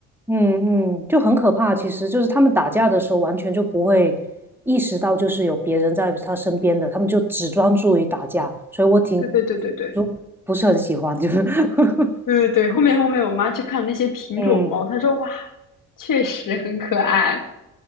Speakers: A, in the centre; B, on the left (about 55°).
A: 嗯嗯，就很可怕。其实就是它们打架的时候，完全就不会意识到就是有别人在它身边的，它们就只专注于打架。所以我挺
B: 对对对对对
A: 就不是很喜欢，就是 <laughs>
B: 对对对，后面后面我妈去看那些品种猫，
A: 嗯
B: 她说哇，确实很可爱。